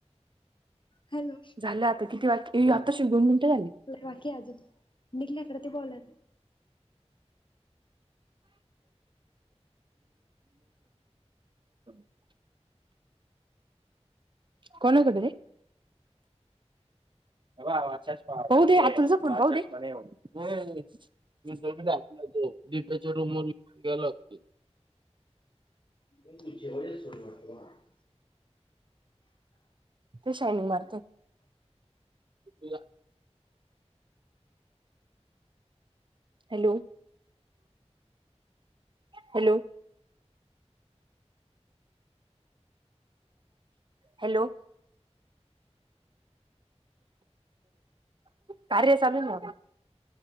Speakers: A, on the left (about 45°); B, on the right (about 45°).
A: हॅलो
B: झालं आता किती वाज आताशी दोन मिनिटं झाली
A: बाकी अजून निघल्याकडे ते बॉलर
B: <unintelligible> <unintelligible> कोण होतं रे होऊदे आणि तुझ पण राहुदे. हो मी दकला तो डीपेच्या रूम वून घ्यायला लागतो.
A: <inaudible>
B: ते शायनिंग मारते. <inaudible> Hello, hello. हॅलो. कार्य चाल ना.